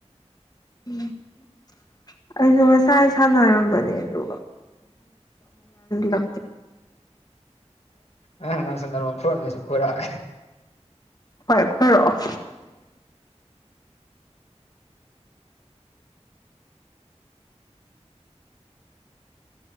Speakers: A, on the left (about 35°); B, on the left (about 65°).
A: ꯎ ꯑꯩꯁꯨ ꯉꯁꯥꯏ ꯁꯥꯟꯅꯔꯝꯕꯅꯦ ꯌꯥꯔ ꯂ
B: ꯑꯦꯍꯪ ꯅꯪꯁꯨ ꯅꯔꯣꯟ ꯈꯣꯏꯔꯝꯃꯦꯁꯨ ꯈꯣꯏꯔꯛꯑꯒꯦ
A: ꯍꯣꯏ ꯈꯣꯏꯔꯛꯑꯣ